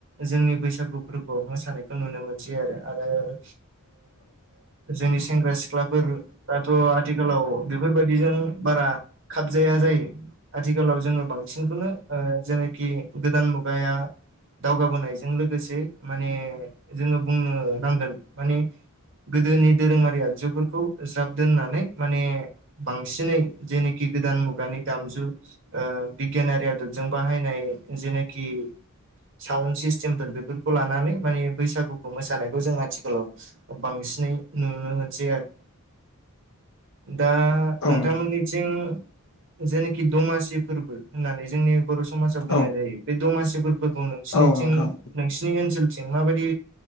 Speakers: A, on the right (about 60°); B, on the left (about 70°).
A: जोंनि बैसागु फोरबो मोसानायखौ नुनो मोनसै आरो आरो जोंनि सेंग्रा सिख्लाफोराथ' आथिखालाव बेफोरबायदिजों बारा खाबजाया जायो आथिखालाव जोङो बांसिनखौनो जेनेखि गोदान मगाया दावगाबोनायजों लोगोसे माने जोङो बुंनो नांगोन माने गोदोनि दोरोङारि आगजुफोरखौ ज्राब दोननानै माने बांसिनै जेनोखि गोदान मुगानि दामजु ओ बिगियानारि आदबजों बाहायनाय जेनोखि साउड सिस्टेम फोर बेफोरखौ लानानै माने बैसागुखौ मोसानाय। खौ जों आथिखालाव बांसिनै नुनो मोनसै आरो। दा नोंथांमोनिथिं
B: औ नोंथां औ नोंथां
A: जेनाखि दमासि फोरबो होननानै जोंनि बर समाजाव बुंनाय
B: औ
A: जायो बे दमासि फोरबोखौ नोंसिनिथिं
B: औ नोंथां
A: नोंसिनि ओनसोलथिं माबायदि